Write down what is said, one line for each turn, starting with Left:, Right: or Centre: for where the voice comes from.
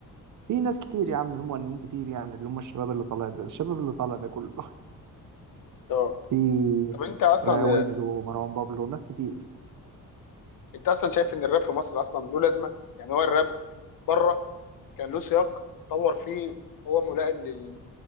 Right: في ناس كتير يا عم في مغنيين كتير يعني اللي هم الشباب اللي طالع ده الشباب اللي طالع ده كله
Left: اه
Right: <laughs> في
Left: طب انت اصلا
Right: ويجز ومروان بابلو وناس كتير
Left: انت اصلا شايف ان الراب في مصر اصلا له لازمه يعني هو الراب بره كان له سياق اتطور فيه هو ملائم لل...